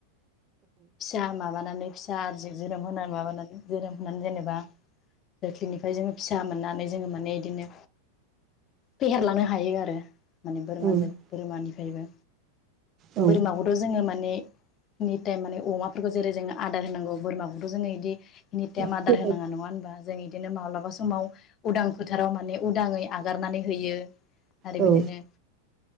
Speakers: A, on the left; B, on the right.
A: फिसा माबानानै फिसा आरजि जोनोम होनानै माबानानै जोनोम होनानै जेनेबा जोख्लिनिफ्राय जोङो फिसा मोननानै जोङो माने इदिनो फेहेरलांनो हायो आरो। माने बोरमाजों
B: औ
A: बोरमानि फ्रायबो।
B: औ
A: बोरमाखौथ' जोङो माने नि टाइम माने अमाफोरखौ जेरै जोङो आदार होनांगौ बोरमाखौथ' जोङो इदि इनि टाइम
B: फोरमाय
A: आदार होनाङा
B: औ
A: नङा होनबा? जों इदिनो माब्लाबा समाव उदां फोथाराव माने उदांङै आगारनानै होयो। आरो
B: औ
A: बिदिनो